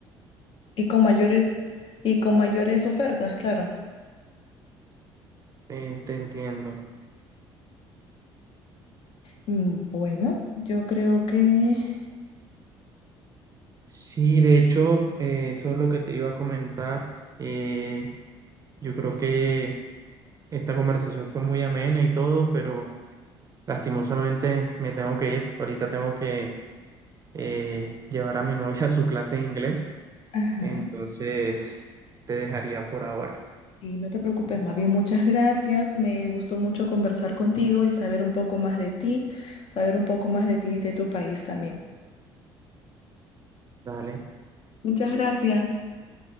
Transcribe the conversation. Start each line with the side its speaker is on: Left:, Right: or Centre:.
Left: y con mayores y con mayores ofertas, claro.
Right: Eh, te entiendo.
Left: Mm, Bueno, yo creo que
Right: Sí, de hecho, eh, eso es lo que te iba a comentar. Eh, yo creo que esta conversación fue muy amena y todo, pero lastimosamente me tengo que ir. Ahorita tengo que eh, llevar a mi <laughs> novia a su clase de inglés.
Left: Ajá.
Right: Entonces, te dejaría por ahora.
Left: Sí, no te preocupes, más bien muchas gracias. Me gustó mucho conversar contigo y saber un poco más de ti, saber un poco más de ti y de tu país también.
Right: Dale,
Left: Muchas gracias.